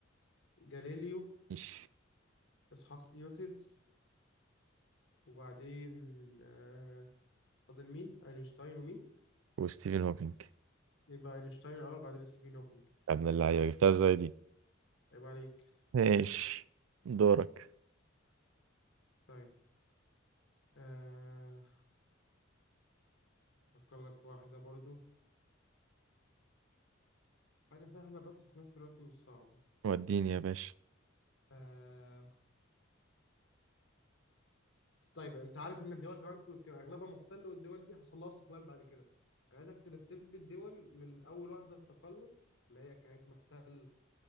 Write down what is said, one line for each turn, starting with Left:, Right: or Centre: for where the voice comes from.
Left: جاليليو
Right: ماشي
Left: اسحاق نيوتن وبعدين آه فاضل مين اينشتاين ومين
Right: وستيفن هوكينج
Left: يبقى اينشتاين الاول بعدين ستيفن هوكينج
Right: يا ابن اللعيبة جبتها ازاي دي
Left: عيب عليك
Right: ماشي دورك
Left: طيب آه افكر لك في واحده برضو حاجه سهله بس في نفس الوقت مش صعبه
Right: وديني يا باشا
Left: آه طيب انت عارف ان الدول زمان كو- كان اغلبها محتل والدول دي حصل لها استقلال بعد كده انا عايزك ترتب لي الدول من اول واحده استقلت اللي هي كانت محتله